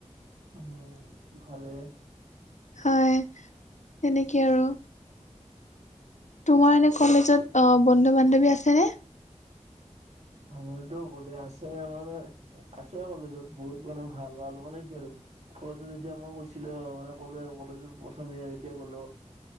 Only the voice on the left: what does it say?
হয় তেনেকে আৰু। তোমাৰ এনে কলেজত আ, বন্ধু বান্ধৱী আছেনে?